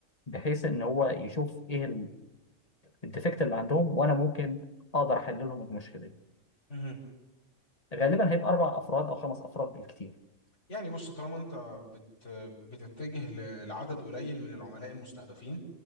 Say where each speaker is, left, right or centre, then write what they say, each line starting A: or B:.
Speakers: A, on the left; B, on the left.
A: بحيث ان هو يشوف ايه الديفكت اللي عندهم وانا ممكن اقدر احل لهم المشكله دي
B: مهم.
A: غالبا هيبقى اربع افراد او خمس افراد بالكتير
B: يعني بص طالما انت بت بتتجه ل- لعدد قليل من العملاء المستهدفين